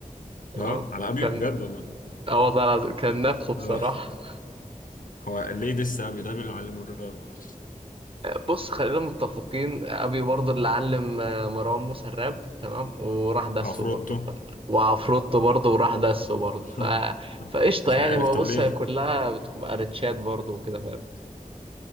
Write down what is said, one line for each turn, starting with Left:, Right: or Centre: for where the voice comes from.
Right: تمام
Left: اه على ابيو
Right: كان
Left: بجد والله
Right: اه والله العظيم كان نفخه بصراحة
Left: اه هو ليه دس ابيو ده بيعلم الراب أصلاً.
Right: بص خلينا متفقين ابيو برضه اللي علم آه، مروان موسى الراب تمام وراح دسه
Left: وعفروتو
Right: برضه ف... وعفروتو برضه وراح دسه برضه
Left: <laughs>
Right: ف... فقشطة
Left: مش
Right: يعني
Left: عارف
Right: هو
Left: طب
Right: بص
Left: ليه
Right: هي كلها بتبقى ريتشات برضه وكده فاهم